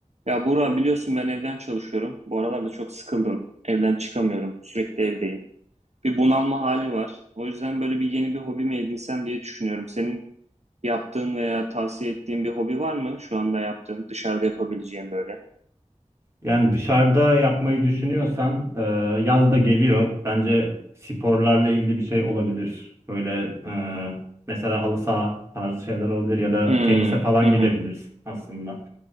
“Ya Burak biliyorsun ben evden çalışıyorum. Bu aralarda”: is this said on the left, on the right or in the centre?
Right